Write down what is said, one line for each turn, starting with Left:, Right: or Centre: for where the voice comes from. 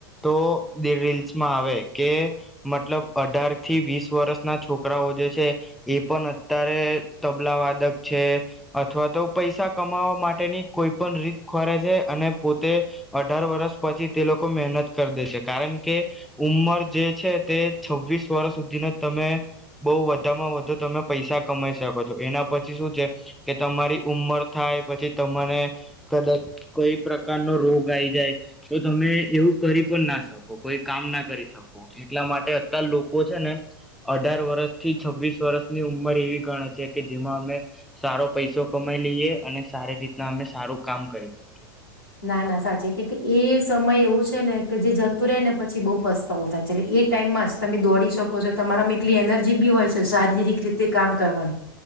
Centre: તો બે રી આવે કે મતલબ અઢાર થી વીસ વર્ષ ના છોકરાઓ જે છે એ પણ અત્યારે તબલાવાદક છે અથવા તો પૈસા કમાવા માટેની કોઈ પણ રીત ખોરે છે અને પોતે અઢાર વર્ષ પછી તે લોકો મહેનત કરી દે છે કારણ કે ઉંમર જે છે તે છવ્વીસ વર્ષ સુધીને તમે બહુ વધામાં વધુ તમે પૈસા કમાઈ શકો છો એના પછી શું છે કે તમારી ઉંમર થાય પછી તમાને કદાચ કોઈ પ્રકાર નો રોગ આવી જાય તો તમે એવું કરી પણ ના શકો કોઈ કામ ના કરી શકો એટલા માટે અત લોકો છે ને અઢાર વર્ષ થી છવ્વીસ વર્ષની ઉંમર એવી ગણે છે કે જેમાં અમે સારો પૈસો કમાઈ લઈએ અને સારી રીતના અમે સારું કામ કરી શકીએ
Left: ના ના સાચી કે એ સમય એવું છે ને કે જે જતું રહે ને પછી બહુ પસ્તાવું થાય છે એટલે એ ટાઈમમાં જ તમે દોડી શકો છો તમારામાં એટલી એનર્જી બી હોય છે શારીરિક રીતે કામ કરવાની